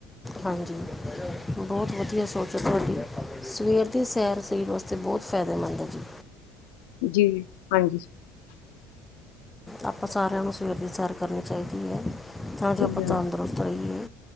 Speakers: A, in the centre; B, on the left.
A: ਹਾਂਜੀ। ਬਹੁਤ ਵਧੀਆ ਸੋਚ ਏ ਤੁਹਾਡੀ ਸਵੇਰ ਦੀ ਸੈਰ ਸਰੀਰ ਵਾਸਤੇ ਤੇ ਬੋਤ ਫਾਏਦੇਮੰਦ ਏ ਜੀ।
B: ਜੀ, ਹਾਂਜੀ।
A: ਆਪਾਂ ਸਾਰੇਆਂ ਨੂੰ ਸਵੇਰ ਦੀ ਸੈਰ ਕਰਨੀ ਚਾਈਦੀ ਐ। ਤਾਂ
B: ਸਹੀ
A: ਜੋ ਆਪਾਂ
B: ਗੱਲ
A: ਤੰਦਰੁਸਤ
B: ਹੈ।
A: ਰਈਏ।